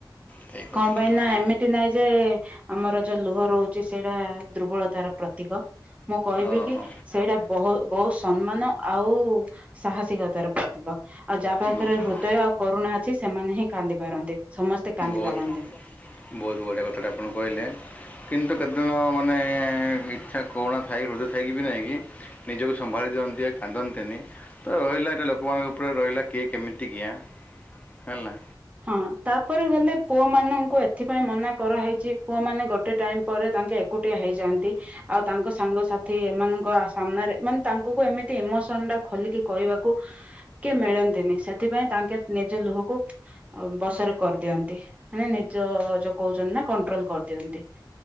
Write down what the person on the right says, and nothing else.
କଣ
ପାଇଁ
ନା ଏମିତି ନାଇଁ ଯେ ଆମର ଯୋଉ ଲୁହ ରହୁଛି ସେଇଟା ଦ୍ରୁବଳତାର ପ୍ରତୀକ। ମୁଁ କହିବି
କି ସେଇଟା ବହୁ ବହୁତ ସମ୍ମାନ ଆଉ ସାହାସିକତା ର ପ୍ରତୀକ। ଆଉ ଯାହା ପାଖରେ
ହୃଦୟ ଆଉ କରୁଣା ଅଛି ସେମାନେ ହିଁ କାନ୍ଦିପାରନ୍ତି ସମସ୍ତେ କାନ୍ଦି
ପାରନ୍ତିନି।
ହଁ ତାପରେ ଗଲେ ପୁଅ ମାନଙ୍କୁ ଏଥିପାଇଁ ମନା କରାହେଇଚି ପୁଅ ମାନେ ଗୋଟେ ଟାଇମ ପରେ ତାଙ୍କେ କୁଟିଆ ହେଇଯାଆନ୍ତି। ଆଉ ତାଙ୍କ ସାଙ୍ଗସାଥି ଏମାନଙ୍କ ସାମ୍ନାରେ ମାନେ ତାଙ୍କୁ କ ଏମିତି ଇମୋସନ ଟା ଖୋଲିକି କହିବାକୁ କିଏ ମିଳନ୍ତିନି ସେଥିପାଇଁ ତାଙ୍କେ ନିଜ ଲୁହକୁ ଅ ବସରେ କରିଦିଅନ୍ତି। ମାନେ ନିଜ ଯୋଉ କହୁଚନ୍ତି ନା କଣ୍ଟ୍ରୋଲ କରିଦିଅନ୍ତି